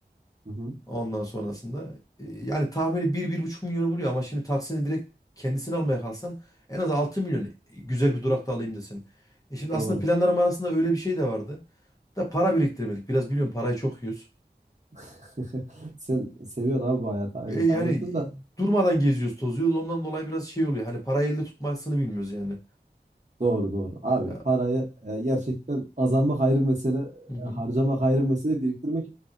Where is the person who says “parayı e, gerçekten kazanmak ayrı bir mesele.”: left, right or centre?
Right